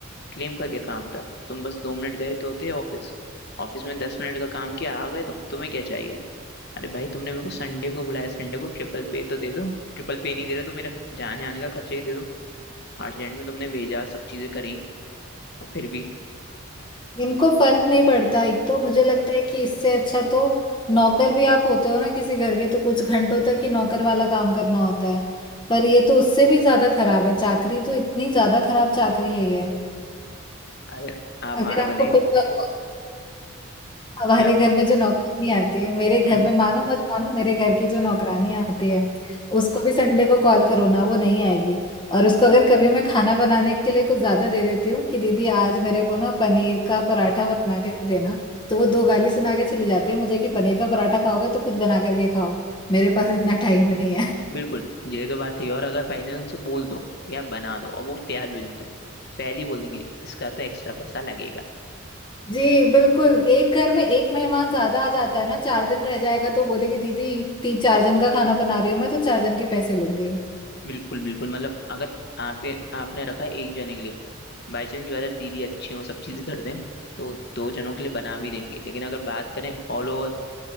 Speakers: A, on the left; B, on the left.
A: क्लेम का क्या काम था तुम बस दो मिनट गए तो होते ऑफिस ऑफिस में दस मिनट का काम किया आ गए तुम तुम्हें क्या चाहिए अरे भाई तुमने मेरे को संडे को बुलाया संडे को ट्रिपल पे तो दे दो ट्रिपल पे नहीं दे रहे तो मेरा जाने आने का खर्चा ही दे दो आर्टलैंड में तुमने भेजा सब चीजें करी और फिर भी
B: इनको फर्क नहीं पड़ता एक तो मुझे लगता है कि इससे अच्छा तो नौकर भी आप होते हो ना किसी घर के तो कुछ घंटों तक ही नौकर वाला काम करना होता है पर ये तो उससे भी ज्यादा खराब है चाकरी तो इतनी ज्यादा खराब चाकरी है ये
A: अगर आप
B: अगर
A: मानोगे
B: आपको
A: नहीं
B: पता हो हमारे
A: क्या
B: घर में जो नौकरानी आती है मेरे घर
A: हम्म
B: में मानो मत मानो मेरे घर की जो नौकरानी आती है उसको भी संडे को कॉल करो ना वो नहीं आएगी और उसको अगर कभी मैं खाना बनाने के लिए कुछ ज्यादा दे देती हूँ कि दीदी आज मेरे को ना पनीर का पराठा बना के देना तो वो दो गाली सुना के चली जाती है मुझे कि पनीर का पराठा खाओगे तो खुद बना करके खाओ मेरे पास इतना टाइम नहीं है <laughs>
A: बिल्कुल ये तो बात सही है और अगर बाई चांस उनसे बोल दो या बना दो और वो तैयार भी हो जाए तो पहले ही बोल देंगे इसका तो एक्स्ट्रा पैसा लगेगा
B: जी बिल्कुल एक घर में एक मेहमान ज्यादा आ जाता है ना चार दिन रह जाएगा तो बोले कि दीदी तीन चार जन का खाना बना रही हूँ मैं तो चार जन के पैसे लूंगी
A: बिल्कुल बिल्कुल मतलब अगर आपके आपने रखा है एक जने के लिए बाई चांस की बात है दीदी अच्छी हो सब चीजें कर दें तो दो जनों के लिए बना भी देंगे लेकिन अगर बात करें ऑल ओवर